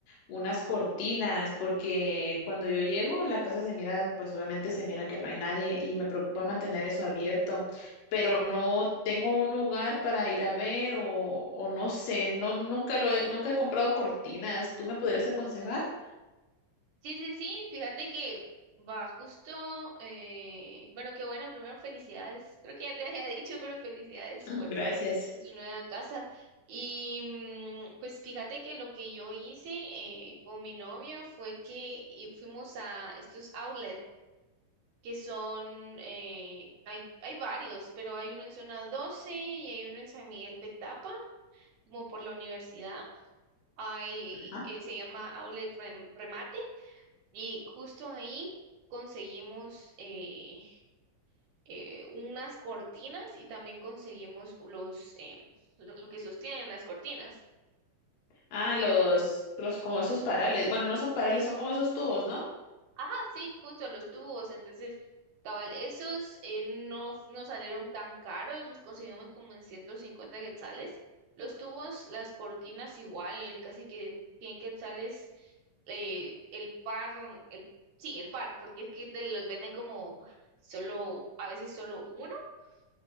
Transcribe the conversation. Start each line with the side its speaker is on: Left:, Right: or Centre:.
Left: unas cortinas, porque cuando yo llego, la casa se mira, pues obviamente se mira que no hay nadie y me preocupa mantener eso abierto pero
Right: Ujú.
Left: no tengo un lugar para ir a ver o, o no sé, no, nunca lo he, nunca he comprado cortinas. ¿Tú me podrías aconsejar?
Right: Sí, sí, sí, fíjate que va justo, eh, bueno, qué bueno, primero felicidades, creo que ya te había dicho, pero felicidades
Left: <laughs>
Right: por,
Left: Gracias.
Right: por tu nueva casa. Y mm, pues fíjate que lo que yo hice eh, con mi novio fue que y- fuimos a estos outlets. que son, eh, hay, hay varios, pero hay uno en Zona 12 y hay uno en San Miguel Petapa, como por la universidad. Hay,
Left: Ajá.
Right: eh, se llama Outlet Rem- Remate y justo ahí conseguimos eh, eh, unas cortinas y también conseguimos los, em, lo, lo que sostienen las cortinas.
Left: Ah,
Right: Fíjate
Left: los, los como esos parales. Bueno, no son parales, son como esos tubos, ¿no?
Right: Ajá, sí, justo los tubos. Entonces, cabal, esos eh, no, no salieron tan caros, los conseguimos como en 150 quetzales. Los tubos, las cortinas igual, casi que 100 quetzales eh, el par, el, sí, el par, porque es que te los venden como solo, a veces solo uno. <laughs>